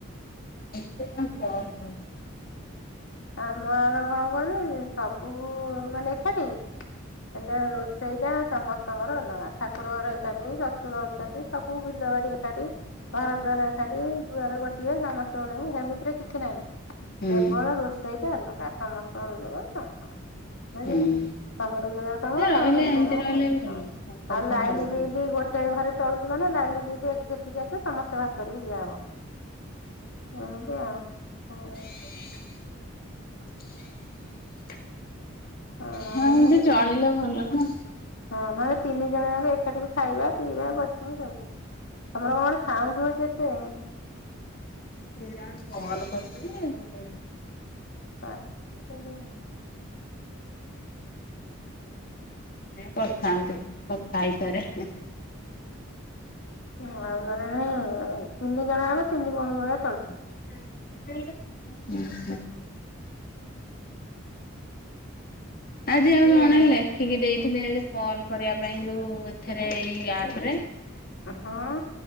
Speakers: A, on the left (about 45°); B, on the left (about 70°).
A: <inaudible>
B: ଆମର କଣ କହନି ସବୁ ମାନେ ଏକାଠି। ହେଲେ ରୋଷେଇ ଟା ସମସ୍ତଙ୍କର ଅଲଗା ଠାକୁର ଘର ଏକାଠି ଶଶୁର ଅଛନ୍ତି। ସବୁ ବିଲ ବାଡି ଏକାଠି ଘର ଦ୍ୱାର ଏକାଠି ଦୁଆର ଗୋ ଇଏ ସମସ୍ତେ ପଳେଇମୁ ସେମିତିରେ କିଛି ନାହିଁ।
A: ହୁଁ
B: କେବଳ ରୋଷେଇ ସେଇଟା ଅଲଗା ସମସ୍ତଙ୍କ ରୋଜଗାର ସମସ୍ତଙ୍କର। ବୁଝିଲ
A: ହୁଁ
B: ତମ ରୋଜଗାର ତମର
A: ହେ ରହିଲେ
B: ତାଙ୍କ ରୋଜଗାର
A: ଏମିତି
B: ତାଙ୍କର
A: ରହିଲେ ଭଲ ନୁହଁ ସମ୍ପର୍କ
B: ଆଉ ଲାଇନ ବିଲ୍ ଗୋଟେ ଘରେ ଚଳୁଚୁ ମାନେ ଲାଇନ୍ ବିଲ ଏ ଯେତିକି ଆସିବ ସମସ୍ତେ ଭାଗ କରିକି ଦିଆହବ ଏମିତି ଆଉ।
A: ହ <inaudible> <inaudible>
B: ହଁ
A: ହ ଏମିତି ଚଳିଲେ ଭଲ ନା।
B: ହଁ ନହେଲେ ତିନି ଜଣ ଯାକ ଏକାଠି ବି ଖାଇବା ପିଇବା ବସିବା ସବୁ। ତମର କଣ ଗୋଟେ ସାଉଣ୍ଡ ହଉଛି ଏତେ।
A: କିଏ ଜଣେ କଲ୍ କରିଚି ଯେ ସେ ଟି
B: କାଟ ଦେ।
A: ଏ କରୁଥାନ୍ତୂ କଥା ହେଇସାରେ।
B: ହଁ ଆଉ ନହେଲେ ନାଇଁ, ତିନି ଜଣ ଯାକ ତିନି ଭଉଣୀ ଭଳିଆ ଚଳୁଛ।
A: ଓ ହ। ଆଜି ଆଉ କଣ ହେଲେ? ରଖିକି ଦେଇଥିଲେ କଲ କରିବା ପାଇଁ, ଯୋଉ ଏଥିରେ ଏଇ ଆପ ରେ।
B: ହଅଁ